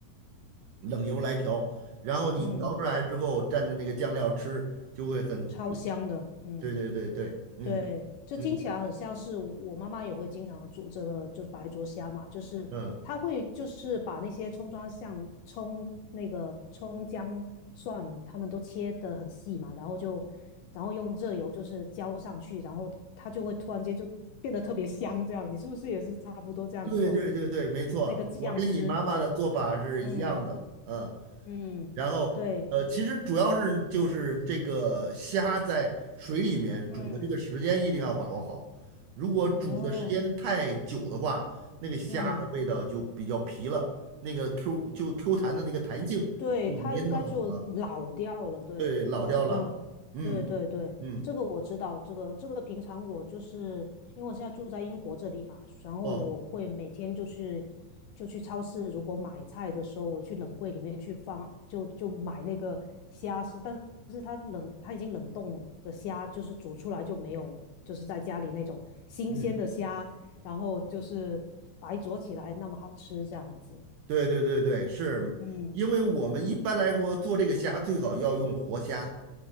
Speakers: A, on the right (about 75°); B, on the left (about 80°).
A: 冷油来调，然后你调出来之后蘸着那个酱料吃，
B: 嗯，
A: 就会很，
B: 超香的，嗯。
A: 对对对对，嗯
B: 对，这听起来很像是我妈妈也会经常煮这个，
A: 嗯
B: 就是白灼虾嘛，就是她会就是把那些葱抓像葱那个葱姜蒜，
A: 嗯，
B: 他们都切得很细嘛，然后就然后用热油就是浇上去，然后它就会突然间就变得特别香，这样你是不是也是差不多这样做的？
A: 对对对对，没错，
B: 那个酱汁，
A: 我跟你妈妈的做法是一样的，
B: 对，嗯
A: 嗯。
B: 嗯，
A: 然后呃，
B: 对，
A: 其实主要是就是这个虾在水里面煮的这个时间一定要把握好，
B: 嗯，
A: 如果煮的时间太久的话，
B: 哦，
A: 那个虾的味道就比较皮了，
B: 嗯。
A: 那个 Q 就 Q 弹的那个弹性就没那么好了，
B: 对，它应该就老掉了，对，
A: 对，老掉了。
B: 就好像，
A: 嗯嗯
B: 对对对，这个我知道，这个这个平常我就是因为我现在住在英国这里嘛，然后我会每天就去就去超市，
A: 哦
B: 如果买菜的时候，我去冷柜里面去放，就就买那个虾是，但是它冷它已经冷冻的虾，就是煮出来就没有，就是在家里那种新鲜的虾，
A: 嗯，
B: 然后就是白灼起来那么好吃这样子，
A: 对对对对，是因为我们一般来说做这个虾最好要用活虾。
B: 嗯